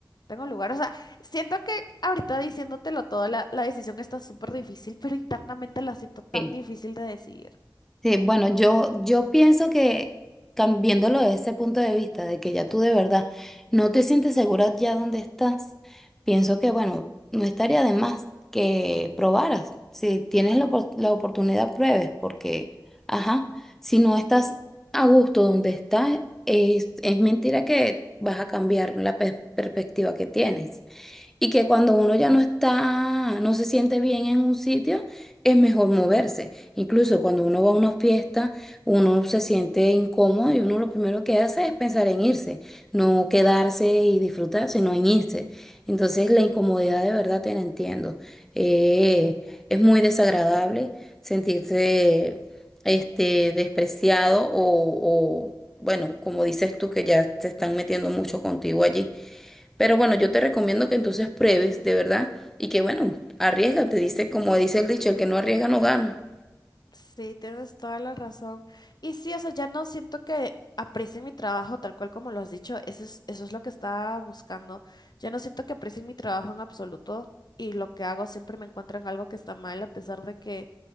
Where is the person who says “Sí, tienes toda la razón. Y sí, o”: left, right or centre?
Left